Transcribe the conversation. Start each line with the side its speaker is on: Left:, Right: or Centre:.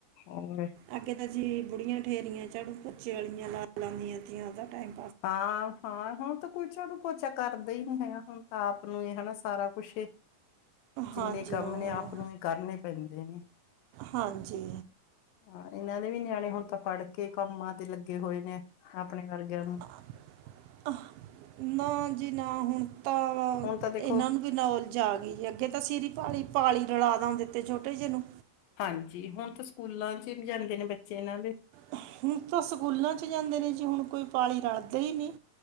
Left: ਬੰਬਈ
Right: ਅੱਗੇ ਤਾਂ ਜੀ ਬੁੜੀਆਂ ਠੇਰੀਆਂ, ਝਾੜੂ ਪੋੱਚੇ ਆਲੀਆਂ ਲਾ ਲਾਦੀਆਂ ਤੀ ਜਾਦਾ ਟੈਮ।
Left: ਹਾਂ, ਹਾਂ ਹੂਨ ਤਾਂ ਕੋਈ ਝਾੜੂ ਪੋਚਾ ਕਾਰਦਾ ਈ ਨੀ ਹੈਗਾ, ਹੁਣ ਤਾਂ ਆਪ ਨੂੰ ਹੀ ਹੈਨਾ ਸਾਰਾ ਕੁਸ਼ ਜਿੰਨੇ
Right: ਹਾਂਜੀ
Left: ਕੰਮ
Right: ਹਾਂ
Left: ਨੇ ਆਪ ਨੂੰ ਈ ਕਾਰਨੇ ਪੈਂਦੇ ਨੇ।
Right: ਹਾਂਜੀ।
Left: ਹਾਂ ਇਨਾਂ ਦੇ ਵੀ ਨਿਆਣੇ ਹੁਨ ਤਾਂ ਪੜ ਕੇ, ਕੰਮਾਂ ਤੇ ਲੱਗੇ ਹੋਏ ਨੇ, ਅਪਨੇ ਵਰਗੇਆਂ
Right: ਅ, ਅ ਨਾ ਜੀ ਨਾ ਹੁਣ ਤਾ
Left: ਹੁਣ ਤਾਂ ਦੇਖੋ
Right: ਏਨਾਂ ਨੂੰ ਵੀ ਨਾਉਲਜ ਜਾ ਗਈ ਏ, ਅੱਗੇ ਤਾਂ ਸੀਰੀ ਪਾਲੀ, ਪਾਲੀ ਰਲਾ ਦਾਂ ਦੇਤੇ ਛੋਟੇ ਜੇ ਨੂੰ
Left: ਹਾਂਜੀ, ਹੁਨ ਤੇ ਸੂਕੂਲਾਂ ਚ ਵੀ ਜਾਂਦੇ ਨੇ ਬੱਚੇ ਏਨਾਂ ਦੇ।
Right: ਹੁਨ ਤਾਂ ਸੂਕੂਲਾਂ ਚ ਜਾਂਦੇ ਨੇ ਜੀ ਹੁਣ ਕੋਈ ਪਾਲੀ ਰਾਲਦੇ ਈ ਨੀ।